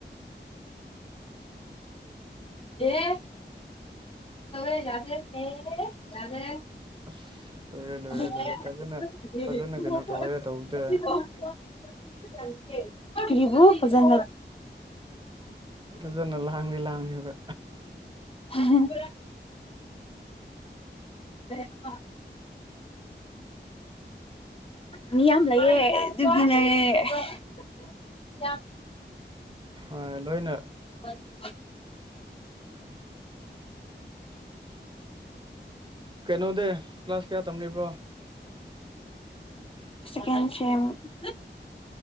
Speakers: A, on the right (about 25°); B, on the left (about 30°).
A: <inaudible>
B: ꯑꯦ ꯅꯋ <inaudible> ꯌꯥꯗꯦ ꯌꯥꯗꯦ
A: ꯑꯁ ꯂꯣꯏꯔꯦ ꯂꯣꯏꯔꯦ
B: <unintelligible>
A: ꯂꯣꯏꯔꯦ ꯐꯖꯅ ꯐꯖꯅ ꯀꯩꯅꯣ ꯇꯧꯋꯦ ꯇꯧꯕꯗꯤ
B: <inaudible> ꯀꯤꯔꯤꯕꯨ ꯐꯖꯟ
A: ꯐꯖꯅ ꯂꯥꯡꯗꯤ ꯂꯥꯡꯉꯕ
B: ꯎꯝ <inaudible> ꯃꯤ ꯌꯥꯝ ꯂꯩꯌꯦ ꯑꯗꯨꯕꯤꯅꯦ <unintelligible>
A: ꯑ ꯂꯣꯏꯅ
B: ꯑꯝ <inaudible>
A: ꯀꯩꯅꯣꯗ ꯀ꯭ꯂꯥꯁ ꯀꯌꯥ ꯇꯝꯂꯤꯕꯣ
B: ꯀꯁꯦ <inaudible>